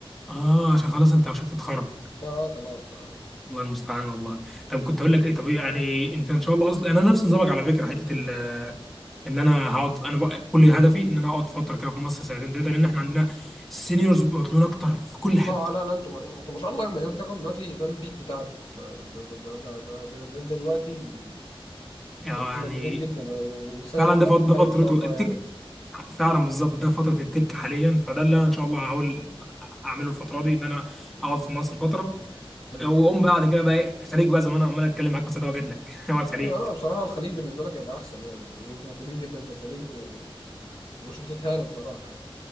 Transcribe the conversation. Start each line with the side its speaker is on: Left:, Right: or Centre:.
Centre: اه عشان خلاص انت وشك تتخرج
Left: اه خلاص ف...
Centre: الله المستعان والله طب كنت هقول لك ايه طب إيه يعني انت ان شاء الله اصلا انا نفس نظامك على فكره حته ال ان انا هقعد انا بقى كل هدفي ان انا اقعد فتره كده في مصر سنتين ثلاثه لان احنا عندنا السينيورز مطلوبين اكتر في كل حته
Left: اه لا لا انتوا انتوا ما شاء الله المجال بتاعكم دلوقتي ده البيك بتاعته ده يعني ده ده ده ده, ده, ده, ده دلوقتي ال...
Centre: يعني
Left: انتوا مطلوبين جدا يعني والسالري
Centre: فعلا
Left: بتاعكم
Centre: ده فت- ده
Left: عالي
Centre: فترته
Left: ما شاء الله
Centre: التك
Left: يعني
Centre: فعلا بالظبط ده فتره التك حاليا فده اللي انا ان شاء الله هحاول اعمله الفتره دي ان انا اقعد في مصر فتره
Left: مم.
Centre: واقوم بعد كده بقى ايه الخليج بقى زي ما انا عمال اتكلم معاك بس ده واجد لك <laughs> هو الخليج
Left: ايوه لا بصراحة الخليج بالنسبة لك هيبقى أحسن يعني إن أنتوا مطلوبين جدا في الخليج و- ومش بتتهانوا بصراحة يعني